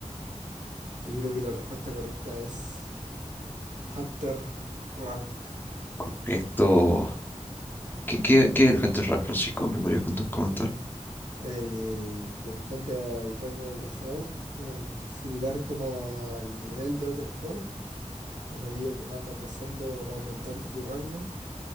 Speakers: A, on the right (about 85°); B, on the left (about 15°).
A: yo creo que la respuesta correcta es Hunter Rank.
B: Correcto. ¿Qué, qué, qué es el Hunter Rank, Francisco? ¿Me podrías cont- comentar?
A: eh, corresponde al rango de cazador, es como similar como al nivel de otros juegos. A medida que más va cazando, va aumentando tu rango.